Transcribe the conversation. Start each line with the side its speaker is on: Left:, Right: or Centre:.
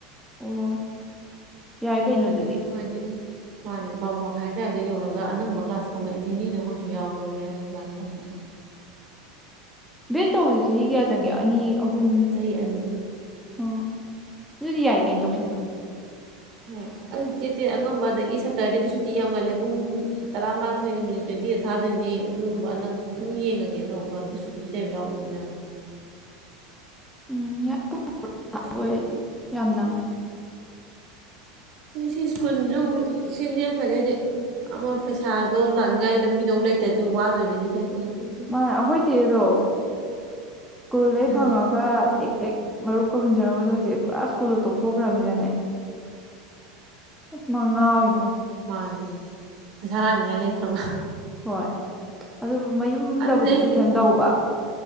Centre: ꯑꯣ ꯌꯥꯏ
Right: ꯑꯗꯨꯅ
Centre: ꯀꯩꯅꯣ ꯑꯗꯨꯗꯤ
Right: ꯄꯨꯡ ꯍꯥꯏꯗꯤ ꯃꯥꯅꯦ ꯕꯥꯔꯣ ꯃꯈꯥꯏ ꯑꯗꯨꯋꯥꯏꯗ ꯌꯧꯔꯒ ꯑꯅꯪꯕ ꯀ꯭ꯂꯥꯁ ꯃꯤꯅꯠ ꯑꯅꯤꯅꯤꯗ ꯑꯣꯏꯁꯨ ꯌꯥꯎꯔꯒꯦ ꯑꯗꯨꯃꯥꯏ ꯈꯟꯕꯥ
Centre: ꯚꯦꯠ ꯇꯧꯕꯗꯤ ꯆꯍꯤ ꯀꯌꯥ ꯆꯪꯒꯦ ꯑꯅꯤ ꯑꯍꯨꯝ
Right: ꯆꯍꯤ ꯑꯅꯤ
Centre: ꯑ ꯑꯗꯨꯗꯤ ꯌꯥꯏ ꯀꯩꯅꯣ ꯇꯧꯁꯤꯟꯕ
Right: ꯍꯣꯏ ꯑꯩ ꯇꯦꯠ ꯇꯦꯠ ꯑꯉꯝꯕ ꯑꯗꯒꯤ ꯁꯇꯔꯗꯦꯗ ꯁꯨꯇꯤ ꯌꯥꯝ ꯉꯜꯂꯦ ꯄꯨꯡ ꯇꯔꯥꯃꯥꯊꯣꯏꯒ ꯃꯤꯅꯤꯠ ꯇ꯭ꯋꯦꯟꯇꯤꯗ ꯊꯥꯗꯣꯏꯅꯤ ꯑꯗꯨꯒꯨꯝꯕ ꯑꯅ ꯁꯨꯝ ꯌꯦꯡꯉꯒꯦ ꯇꯧꯕ ꯃꯔꯛꯇ ꯁꯨꯇꯤꯁꯨ ꯂꯩꯕ ꯌꯥꯎꯕꯅꯤꯅ
Centre: ꯎꯝ ꯌꯥ ꯑꯣꯏꯔꯗꯤ
Right: ꯑꯗꯨꯗꯤ
Centre: ꯌꯥꯝ ꯅꯪꯉꯤ
Right: ꯍꯥꯏꯗꯤ ꯁꯤ ꯁ꯭ꯀꯨꯜꯁꯨ ꯁꯤ ꯅꯦꯛꯈꯔꯦꯗꯤ ꯑꯃ ꯄꯩꯁꯥꯗꯣ ꯂꯥꯛꯅꯤꯡꯉꯥꯏ ꯂꯝꯕꯤꯗꯣ ꯂꯩꯇ꯭ꯔꯗꯤ ꯋꯥꯗꯣꯏꯅꯤꯅꯦ ꯕꯦꯗ ꯇꯧꯕꯗꯣ ꯁꯨꯝ
Centre: ꯃꯥ ꯑꯩꯈꯣꯏ ꯆꯦꯗꯣ ꯁ꯭ꯀꯨꯜꯗꯩ
Right: ꯎꯝ
Centre: ꯐꯪꯉꯒ ꯇꯦꯛ ꯇꯦꯛ ꯃꯔꯨꯞꯀ ꯍꯨꯟꯖꯔꯝꯕꯗꯣ ꯍꯧꯖꯤꯛ ꯄꯨꯔꯥ ꯁ꯭ꯀꯨꯜꯗꯣ ꯇꯣꯛꯊꯣꯛꯈ꯭ꯔꯕꯅꯤꯅꯅꯦ ꯑꯁ ꯃꯥ ꯉꯥꯎꯔꯤꯅꯤ
Right: ꯑꯣ ꯃꯥꯅꯦ ꯄꯩꯁꯥ ꯂꯥꯛꯅꯤꯡꯉꯥꯏ ꯂꯩꯇ꯭ꯔꯕ
Centre: ꯍꯣꯏ ꯑꯗꯨ ꯃꯌꯨꯝꯗꯕꯨꯗꯤ
Right: ꯑꯗꯨꯅꯦ ꯑꯩꯗꯤ
Centre: ꯇꯨꯋꯏꯁꯟ ꯇꯧꯕ